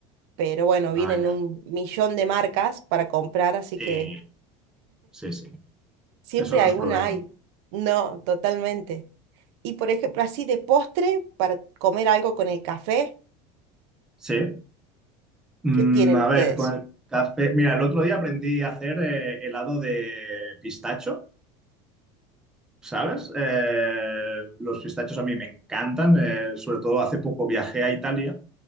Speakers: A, on the right; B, in the centre.
A: pero bueno,
B: Ah,
A: vienen
B: ya.
A: un millón de marcas para comprar, así
B: Sí,
A: que
B: sí, sí.
A: siempre
B: Eso no
A: alguna
B: es problema.
A: hay. No, totalmente. Y por ejemplo, así de postre, para comer algo con el café,
B: Sí. Mm,
A: ¿qué tienen
B: a
A: ustedes?
B: ver, con el café. Mira, el otro día aprendí a hacer eh, helado de pistacho, ¿sabes? Eh, los pistachos a mí me encantan. eh, sobre todo hace poco viajé a Italia